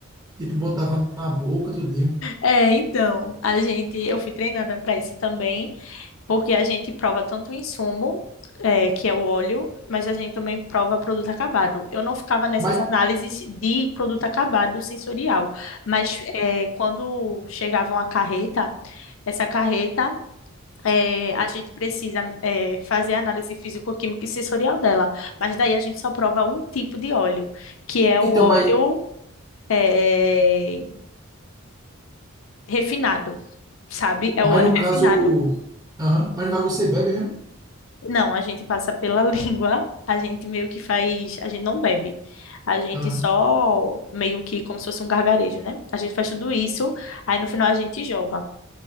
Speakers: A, on the right; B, on the left.
A: tipo, botava na boca, tudinho.
B: É, então, a gente, eu fui treinada para isso também, porque a gente prova tanto o insumo, é, que é o óleo, mas a gente também prova produto acabado. Eu não ficava nessas
A: Mas,
B: análises de produto acabado sensorial, mas é, quando chegava uma carreta, essa carreta, é, a gente precisa é, fazer a análise físico-química e sensorial dela, mas daí a gente só prova um tipo de óleo, que é
A: então,
B: o óleo
A: mas.
B: é, refinado. Sabe? É
A: Mas
B: o óleo
A: no caso.
B: refinado.
A: aham, Mas no caso você bebe mesmo?
B: Não, a gente passa pela <laughs> língua, a gente meio que faz, a gente não bebe, a gente
A: Aham.
B: só meio que como se fosse um gargarejo, né? A gente faz tudo isso, aí no final a gente joga.